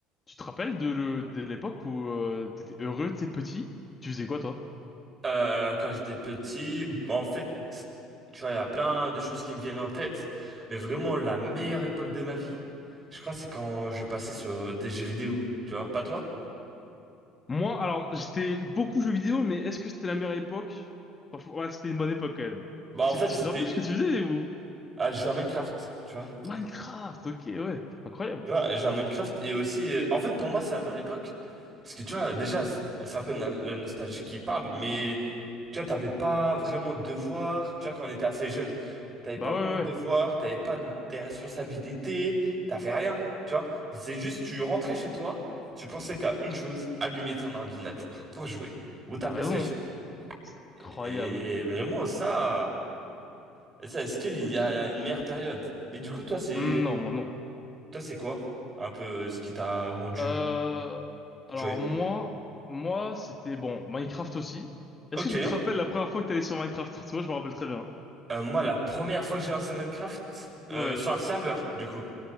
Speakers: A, on the left (about 25°); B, on the right (about 30°).
A: Tu te rappelles de le- de l'époque où euh, t'étais heureux, t'es petit? Tu faisais quoi, toi?
B: Euh, quand j'étais petit, en fait, tu vois, il y a plein de choses qui me viennent en tête, mais vraiment la meilleure époque de ma vie, je crois, c'est quand je passais sur des jeux vidéo, tu vois, pas toi?
A: Moi, alors, j'étais beaucoup jeux vidéo, mais est-ce que c'était la meilleure époque? Franchement, ouais, c'était une bonne époque quand même.
B: Bah en
A: Tu,
B: fait,
A: tu
B: c'était
A: te rappelles ce que tu faisais ou?
B: à jouer à Minecraft, tu vois.
A: Minecraft, ok, ouais, incroyable.
B: Tu vois, j'ai un Minecraft et aussi, euh, en fait, pour moi, c'est la meilleure époque. Parce que tu vois, déjà, c'est c'est un peu na- la nostalgie qui parle, mais tu vois, t'avais pas vraiment de devoirs. Tu vois, quand on était assez jeune, t'avais pas
A: Bah
B: vraiment
A: ouais, ouais,
B: de devoirs,
A: ouais,
B: t'avais pas de- des responsabilités, t'avais rien. Tu vois, c'est juste, tu rentrais chez toi, tu pensais qu'à une chose, allumer ton ordinateur pour jouer ou ta
A: t'as
B: PlayStation.
A: raison, hein. C'est
B: Et,
A: incroyable.
B: et vraiment, ça, ça, est-ce qu'il
A: Ok.
B: y a une meilleure période? Mais du coup, toi, c'est,
A: Non, moi non.
B: toi, c'est quoi? Un peu ce qui t'a rendu.
A: Euh, alors
B: Joyeux.
A: moi, moi, c'était bon, Minecraft aussi.
B: Ok.
A: Est-ce que tu
B: Euh,
A: te rappelles la première fois que t'allais sur Minecraft? Parce que moi, je me rappelle très bien.
B: moi, la première fois que j'ai lancé Minecraft, euh,
A: Ouais.
B: sur un serveur, du coup.